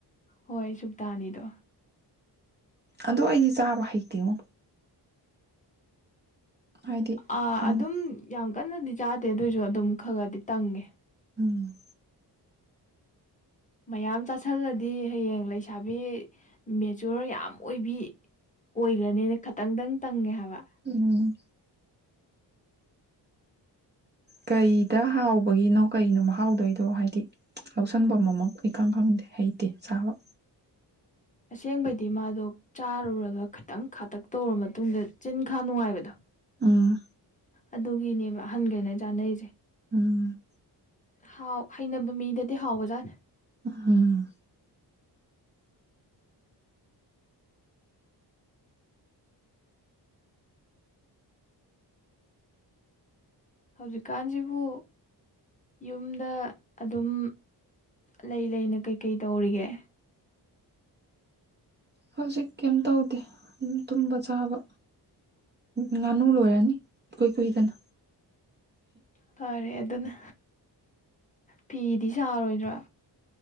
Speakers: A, on the left; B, on the right.
A: ꯍꯣꯏ ꯁꯨꯨꯞꯇꯥꯅꯤꯗꯣ
B: ꯑꯗꯨ ꯑꯩꯗꯤ ꯆꯥꯕ ꯍꯩꯇꯤꯉꯣ ꯍꯥꯏꯗꯤ
A: ꯑ
B: ꯈꯪꯉꯦ
A: ꯑꯗꯨꯝ ꯌꯥꯝ ꯀꯟꯅꯗꯤ ꯆꯥꯗꯦ ꯑꯗꯨꯑꯣꯏꯁꯨ ꯑꯗꯨꯝ ꯈꯔ ꯈꯗꯤ ꯇꯪꯉꯦ
B: ꯎꯝ
A: ꯃꯌꯥꯝ ꯆꯥꯥꯁꯜꯂꯗꯤ ꯍꯌꯦꯡ ꯂꯩꯁꯥꯕꯤ ꯃꯦꯆꯣꯔ ꯌꯥꯝ ꯑꯣꯏꯕꯤ ꯑꯣꯏꯈ꯭ꯔꯅꯤꯅ ꯈꯇꯪꯗꯪ ꯇꯪꯉꯦ ꯍꯥꯏꯕ
B: ꯎꯝ ꯀꯩꯗ ꯍꯥꯎꯕꯒꯤꯅꯣ ꯀꯩꯅꯣ ꯃꯍꯥꯎꯗꯣꯏꯗꯣ ꯍꯥꯏꯗꯤ ꯂꯧꯁꯟꯐꯝ ꯑꯃꯃꯛ ꯏꯈꯪ ꯈꯪꯗꯦ ꯍꯩꯇꯦ ꯆꯥꯕ
A: ꯑꯁꯦꯡꯕꯗꯤ ꯃꯥꯗꯣ ꯆꯥꯔꯨꯔꯒ ꯈꯤꯇꯪ ꯈꯥꯇꯛ ꯇꯧꯔ ꯃꯇꯨꯡꯗ ꯆꯤꯟ ꯈꯥ ꯅꯨꯡꯉꯥꯏꯕꯗꯣ
B: ꯑꯥ
A: ꯑꯗꯨꯒꯤꯅꯦꯕ ꯑꯍꯟꯈꯩꯅ ꯆꯥꯅꯩꯁꯦ
B: ꯎꯝ
A: ꯍꯥꯎ ꯍꯩꯅꯕ ꯃꯤꯗꯗꯤ ꯍꯥꯎꯕꯖꯥꯠ
B: ꯎꯝ
A: ꯍꯧꯖꯤꯛꯀꯥꯟꯁꯤꯕꯨ ꯌꯨꯝꯗ ꯑꯗꯨꯝ ꯂꯩ ꯂꯩꯅ ꯀꯩ ꯀꯩ ꯇꯧꯔꯤꯒꯦ
B: ꯍꯧꯖꯤꯛ ꯀꯩꯝ ꯇꯧꯗꯦ ꯇꯨꯝꯕ ꯆꯥꯕ ꯉꯥꯅꯨ ꯂꯣꯏꯔꯅꯤ ꯏꯀꯨꯏ ꯀꯨꯏꯗꯅ
A: ꯐꯔꯦ ꯑꯗꯨꯅ ꯐꯤꯗꯤ ꯁꯥꯔꯣꯏꯗ꯭ꯔꯥ